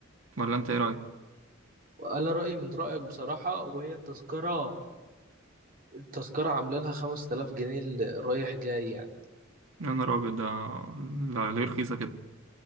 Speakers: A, on the right; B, on the right.
A: ولا أنت إيه رأيك؟
B: انا رأيي من رأيك بصراحة وهي التذكرة التذكرة عاملة لها 5000 جنيه اللي رايح جاي يعني
A: يا نهار أبيض ده لا- ليه رخيصة كده؟